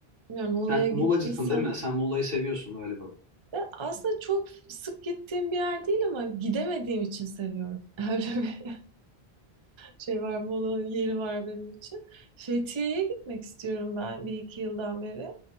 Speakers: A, on the right; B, on the right.
A: Bilmiyorum Muğla'ya
B: Sen
A: gittiysem.
B: Muğlacısın değil mi? Sen Muğla'yı seviyorsun galiba.
A: Ve aslında çok sık gittiğim bir yer değil ama gidemediğim için seviyorum. <laughs> Öyle bir şey var, Muğla'nın yeri var benim için. Fethiye'ye gitmek istiyorum ben bir iki yıldan beri.